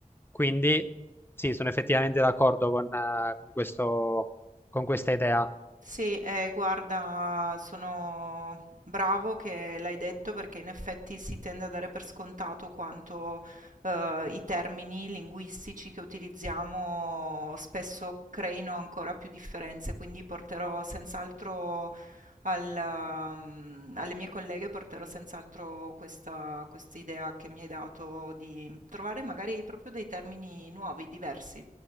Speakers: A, on the left; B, on the right.
A: Quindi, sì, sono effettivamente d'accordo con eh, con questo con questa idea.
B: Sì, eh, guarda, sono bravo che l'hai detto perché in effetti si tende a dare per scontato quanto eh, i termini linguistici che utilizziamo spesso creino ancora più differenze, quindi porterò senz'altro al, ehm, alle mie colleghe porterò senz'altro questa, questa idea che mi hai dato di trovare magari proprio dei termini nuovi, diversi.